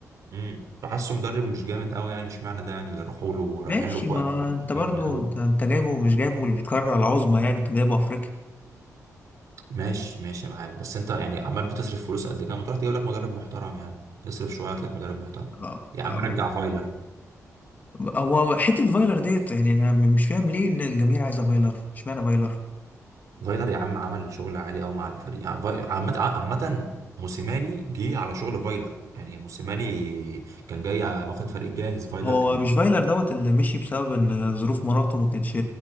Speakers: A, on the right; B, on the left.
A: امم فحاسه مدرب مش جامد قوي يعني مش معنى ده يعني اللي راحوا له رايحين
B: ماشي
A: له في
B: ما
A: وقت
B: انت برضو
A: مهم قوي
B: انت انت جايبه مش جايبه القاره العظمى يعني انت جايبه افريقيا
A: ماشي ماشي معاك بس انت يعني عمال بتصرف فلوس قد كده ما تروح تجيب لك مدرب محترم يا عم اصرف شويه هات لك مدرب محترم
B: اه،
A: يا عم
B: اه.
A: رجع فايلر
B: هو حته فايلر ديت يعني انا مش فاهم ليه ان الجماهير عايزه فايلر اشمعنى فايلر
A: فايلر يا عم عمل شغل عالي قوي مع الفريق يعني فاي- عامة آه، عامة موسيماني جه على شغل فايلر يعني موسيماني كان جاي واخد فريق جاهز فايلر
B: هو
A: كان
B: مش فايلر دوت اللي مشي بسبب ان ظروف مراته ما كانتش